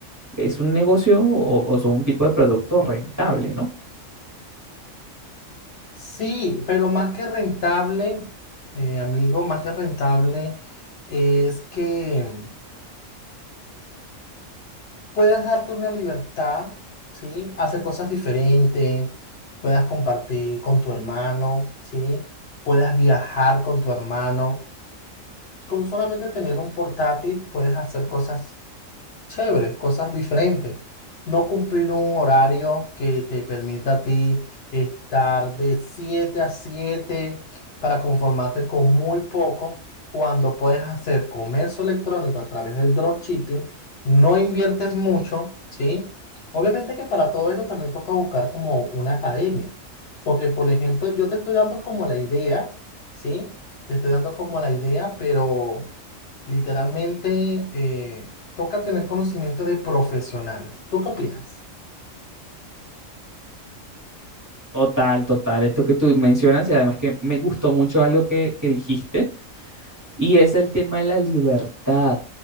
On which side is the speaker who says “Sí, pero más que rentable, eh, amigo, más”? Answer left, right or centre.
Left